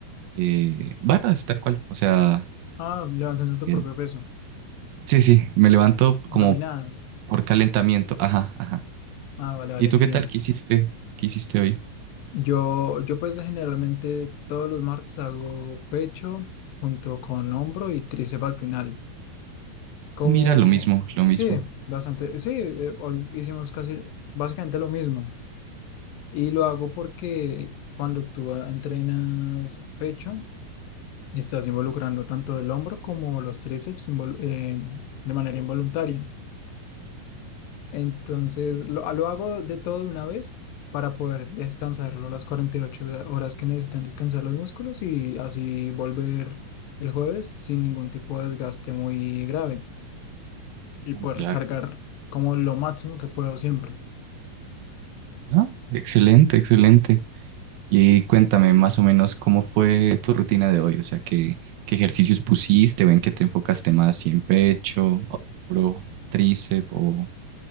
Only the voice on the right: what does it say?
eh, barras tal cual, o sea,
el-
sí, sí, me levanto
como por calentamiento, ajá, ajá.
¿Y tú
qué tal? ¿Qué hiciste? ¿Qué hiciste hoy?
Mira, lo mismo, lo mismo.
Ah,
claro.
Ah, excelente, excelente. Y cuéntame más o menos cómo fue tu rutina de hoy, o sea, qué, qué ejercicios pusiste o en qué te enfocaste más, si en pecho, hombro, tríceps o,